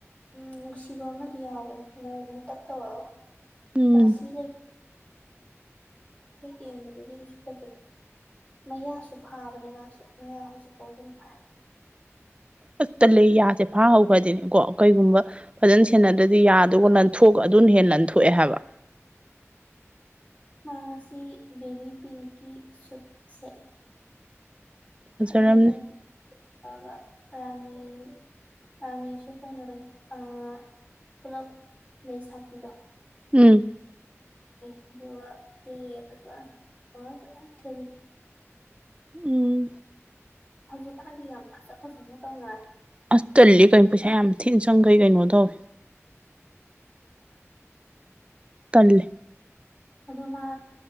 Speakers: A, on the left; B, on the right.
A: ꯎꯝ ꯅꯨꯡꯁꯤꯕ ꯑꯃꯥꯗꯤ ꯌꯥꯎꯕꯅꯤ ꯉꯧ ꯃꯨꯇꯛ ꯇꯧꯔꯒ
B: ꯎꯝ
A: ꯔꯥꯁꯤ ꯂꯩ ꯍꯦꯛ ꯌꯦꯡꯕꯗꯗꯤ ꯀꯩꯁꯨ ꯐꯖꯗꯦ ꯃꯌꯥꯁꯨ ꯐꯥꯕꯅꯦ ꯃꯥꯁꯨ ꯃꯌꯥ ꯍꯧꯖꯤꯛꯐꯥꯎ ꯑꯗꯨꯝ ꯐꯥꯏ
B: ꯑꯁꯇꯜꯂ‌ꯦ ꯌꯥꯁꯦ ꯐꯥꯍꯧꯈ꯭ꯔꯗꯤꯅꯦ ꯀꯣ ꯀꯩꯒꯨꯝꯕ ꯐꯖꯅꯥ ꯁꯦꯟꯅꯗ꯭ꯔꯗꯤ ꯌꯥꯗꯨꯒ ꯂꯟꯊꯣꯛꯑꯒ ꯑꯗꯨꯅ ꯍꯦꯟꯅꯥ ꯂꯟꯊꯣꯛꯑꯦ ꯍꯥꯏꯕ
A: ꯃꯥ ꯉꯁꯤ ꯕꯦꯕꯤ ꯄꯤꯡꯀꯤ ꯁꯨꯠ ꯁꯦꯠꯂꯦ
B: ꯐꯖꯔꯝꯅꯤ
A: ꯐꯅꯦꯛꯅ <unintelligible> ꯂꯥꯏꯕ ꯔꯥꯅꯤ ꯑꯅꯤꯁꯨ ꯀꯩꯅꯣꯅꯦ ꯑꯏ ꯄꯨꯂꯞ ꯂꯩ ꯁꯥꯠꯄꯤꯗꯣ
B: ꯎꯝ
A: ꯑꯗꯨꯒ ꯀ‌ꯦꯌ‌ꯦ ꯐꯖꯅꯥ <unintelligible>
B: ꯎꯝ
A: ꯍꯧꯖꯤꯛꯀꯥꯟꯗꯤ ꯌꯥꯝ ꯐꯖꯥ ꯐꯖꯥꯅ ꯇꯧꯅꯔꯦ
B: ꯑꯁ ꯇꯜꯂꯤ ꯀꯩꯅꯣ ꯄꯩꯁꯥ ꯌꯥꯝ ꯊꯤꯅ ꯆꯪꯈꯩ ꯀꯩꯅꯣ ꯇꯧꯋꯦ ꯇꯜꯂ‌ꯦ
A: ꯑꯗꯨ ꯃꯥ